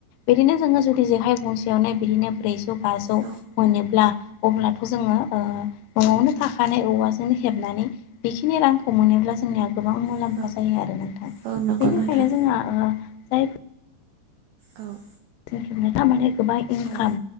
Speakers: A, on the left; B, on the right.
A: बिदिनो जोङो जुदि जेखाइ गंसे यावनो बिदिनो ब्रैजौ बाजौ
B: औ
A: मोनोब्ला अब्लाथ' जोङो न'आवनो थाखानाय औवाजोंनो हेबनानै बेखिनि रांखौ मोनोब्ला जोंनिया गोबां मुलाम्फा
B: औ
A: जायो आरो नोंथाङा
B: औ
A: बेनिखायनो
B: नंगौ नोंथां
A: जोंहा जाय
B: औ
A: थारमाने गोबां इनकाम
B: औ